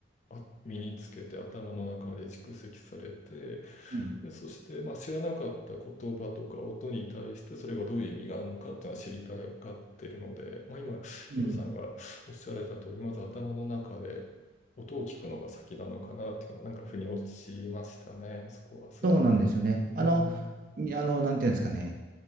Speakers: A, on the left (about 40°); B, on the right (about 45°).
A: あ身につけて頭の中で蓄積されて
B: うん
A: でそして、まあ、知らなかった言葉とか音に対してそれがどういう意味があるのかっていうのは知りたがってるので、まあ、今ヒロさんがおっしゃられた通りまず頭の中で音を聞くのが先なのかなっていうのはなんか腑に落ちましたねそこはすごく。
B: うんそうなんですよね。
A: うん
B: あの、にあの、なんていうんですかね、